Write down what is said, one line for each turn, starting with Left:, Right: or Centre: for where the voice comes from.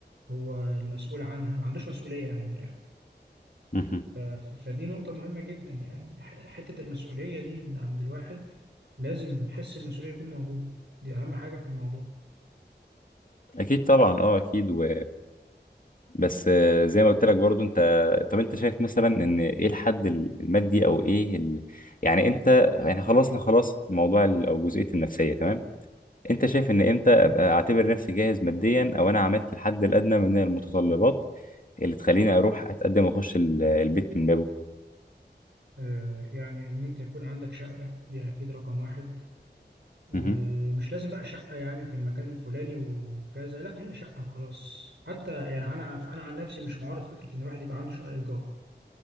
Right: هو المسؤول عنها ما عندوش مسؤولية يعني من الآخر
Left: مهم.
Right: ف- ف- فدي نقطة مهمة جدا يعني ح- حتة المسؤولية دي اللي عند الواحد لازم حس المسؤولية يكون موجود دي أهم حاجة في الموضوع
Left: اكيد طبعا اه اكيد و... بس آه، زي ما قلت لك برضو انت طب انت شايف مثلا ان ايه الحد المادي او ايه ال... يعني انت يعني خلصنا خلاص موضوع ال... او جزئية النفسية تمام انت شايف ان امتى ابقى اعتبر نفسي جاهز ماديا او انا عملت الحد الادنى من المتطلبات اللي تخليني اروح اتقدم واخش ال- البيت من بابه
Right: آه، يعني إن أنت يكون عندك شقة دي أكيد رقم واحد ومش
Left: مهم.
Right: لازم بقى شقة يعني في المكان الفلاني وكذا لا هي شقة وخلاص حتى يعني أنا أنا عن نفسي مش معارض فكرة إن الواحد يبقى عنده شقة إيجار